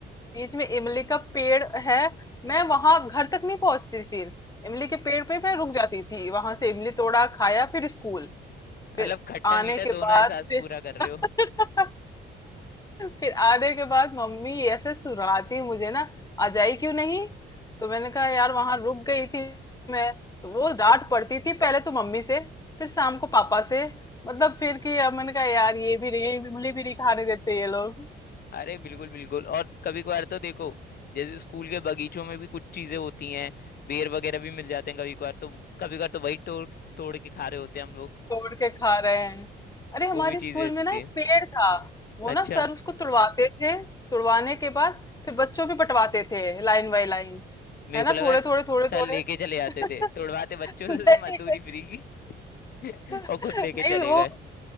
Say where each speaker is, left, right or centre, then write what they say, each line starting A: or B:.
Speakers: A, on the left; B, on the left.
A: बीच में इमली का पेड़ है मैं वहां घर तक नहीं पहुंचती फिर इमली के पेड़ पे मैं रुक जाती थी वहां से इमली तोड़ा खाया फिर स्कूल फिर
B: मतलब खट्टा
A: आने
B: मीठा
A: के
B: दोनों
A: बाद
B: एहसास
A: फिर
B: पूरा कर रहे
A: <laughs>
B: हो
A: फिर आने के बाद मम्मी ऐसे सुराती मुझे ना आ जाई क्यों नहीं तो मैंने कहा यार वहां रुक गई थी मैं तो वो डांट पड़ती थी पहले तो मम्मी से फिर शाम को पापा से मतलब फिर कि अब मैंने कहा यार ये भी नहीं ये इमली भी नहीं खाने देते ये लोग
B: अरे बिल्कुल बिल्कुल और कभी कभार तो देखो जैसे स्कूल के बगीचों में भी कुछ चीजें होती हैं बेर वगैरह भी मिल जाते हैं कभी कभार तो कभी कभार तो वही तोड़ तोड़ के खा रहे होते हैं हम लोग
A: तोड़ के खा रहे हैं अरे हमारे
B: वो भी
A: स्कूल
B: चीजें होती
A: में ना
B: थी
A: एक पेड़ था वो
B: अच्छा
A: ना सर उसको तुड़वाते थे तुड़वाने के बाद फिर बच्चों पे बंटवाते थे लाइन बाय लाइन
B: मेरे
A: है
B: को
A: ना
B: लगा
A: थोड़े थोड़े थोड़े
B: सर
A: थोड़े
B: लेके चले जाते
A: <laughs>
B: थे तोड़वाते बच्चों
A: नहीं
B: से मजदूरी फ्री की <laughs>
A: नहीं
B: और खुद लेके चले
A: वो
B: गए